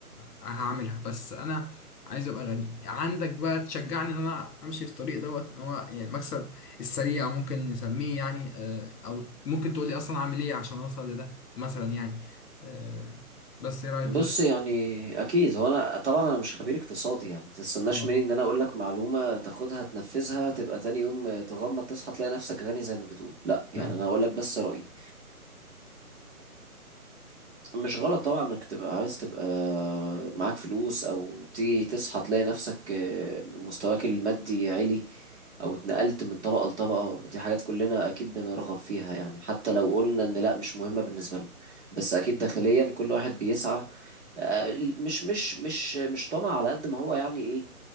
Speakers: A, on the left (about 85°); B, on the right (about 45°).
A: هعملها بس انا عايز ابقى غني عندك بقى تشجعني ان انا امشي في الطريق دوت ان هو يعني المكسب السريع ممكن نسميه يعني آه، او ممكن تقولي اصلا اعمل ايه عشان اوصل لده مثلا يعني آه، بس ايه رايك
B: بص
A: في ده
B: يعني اكيد هو انا طبعا انا مش خبير اقتصادي يعني ما تستناش
A: آه،
B: مني ان انا اقول لك معلومة تاخدها تنفذها تبقى تاني يوم آه، تغمض تصحى تلاقي نفسك غني زي ما بتقول لا يعني
A: يعني
B: انا هقول لك بس رأيي مش غلط طبعا انك تبقى عايز تبقى معاك فلوس او تيجي تصحى تلاقي نفسك آه، مستواك المادي عالي او اتنقلت من طبقة لطبقة دي حاجات كلنا اكيد بنرغب فيها يعني حتى لو قلنا ان لا مش مهمة بالنسبة لنا بس اكيد داخليا كل واحد بيسعى آه، مش مش مش مش طمع على قد ما هو يعني ايه